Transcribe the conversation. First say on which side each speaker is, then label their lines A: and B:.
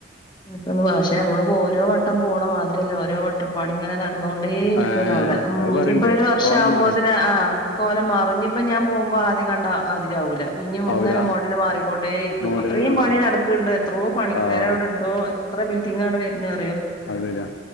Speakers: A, on the left (about 25°); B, on the left (about 75°).
A: <unintelligible> പാക്ഷേ ഞമ്മള്പ്പോ ഓരോ വട്ടം പോണ മാതിരിയല്ല ഓരോ വട്ടം പണി ഇങ്ങനെ ന ടന്നോണ്ടേരിക്കാണവ്ടെ
B: ഏഹ്
A: ഉം
B: അത് പറയണ്ട്
A: ഇഞ്ഞ്പ്പോ അഹ് ഒരു വർഷം
B: കോലം
A: ആവുമ്പോതിന്
B: മാറാ
A: ആഹ് കോലം മാറും ഇഞ്ഞിപ്പൊ ഞാൻ പോവുമ്പോ ആദ്യം കണ്ടാതിരി ആവൂല പിഞ്ഞിംമ്ങ്ങനെ
B: ആവൂല
A: മോഡല് മാറിക്കൊണ്ടേര്ക്കും
B: മോഡല്
A: അത്രീം പണി
B: ആഹ്
A: നടക്ക്ണ്ട് എത്രോ പണിക്കാരവടെ
B: ആഹ്
A: എന്തോ എത്ര ബിൽഡിംഗാടെ വര്നെ അറിയോ
B: അത് ശരിയാ